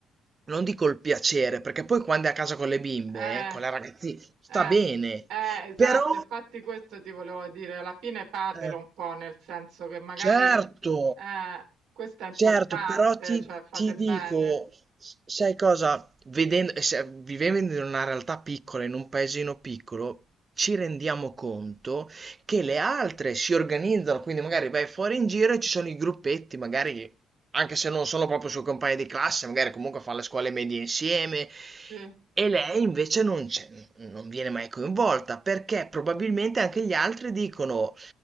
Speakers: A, on the right; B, on the right.
A: non dico il piacere, perché poi quando è a casa con le bimbe,
B: Eh.
A: eh, con le ragazzi sta
B: Eh,
A: bene,
B: eh, esatto,
A: però
B: infatti questo ti volevo dire, alla fine fatelo
A: eh.
B: un po', nel senso che magari
A: Certo,
B: eh, questo è importante,
A: certo, però ti,
B: cioè fate
A: ti dico,
B: bene.
A: s- sai cosa? Vedendo, e se- vivendo in una realtà piccola, in un paesino piccolo, ci rendiamo conto che le altre si organizzano, quindi magari vai fuori in giro e ci sono i gruppetti, magari anche se non sono proprio suoi compagni di classe, magari comunque fanno le scuole medie insieme.
B: Sì,
A: E lei invece non c'è, non viene mai coinvolta perché probabilmente anche gli altri dicono